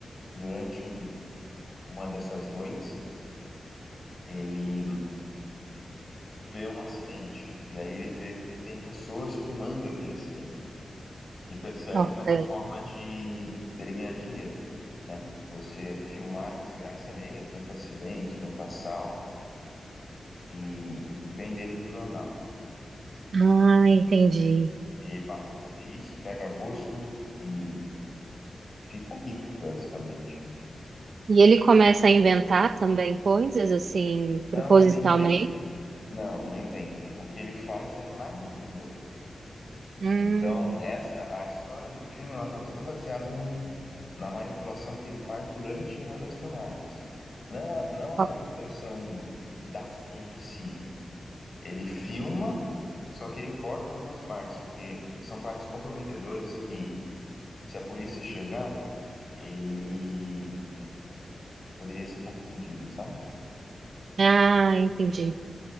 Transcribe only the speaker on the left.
durante um- uma dessas noites, ele vê um acidente. E aí ele vê que tem pessoas filmando aquele acidente. E percebe
que é uma forma de ele ganhar dinheiro, né? Você filmar a desgraça alheia, tanto acidentes quanto assaltos, e vender para o jornal.
E aí passa a fazer isso, pega gosto e fica rico, basicamente.
Não, ele nem inventa. Não, não inventa. O que ele faz é manipula.
Então, essa a história do filme ela tá toda baseada num, na manipulação que ele faz durante uma das filmagens. Não a, não a manipulação
da cena em si. Ele filma, só que ele corta algumas partes, porque são partes comprometedoras que, se a polícia chegar, ele poderia ser confundido, sabe?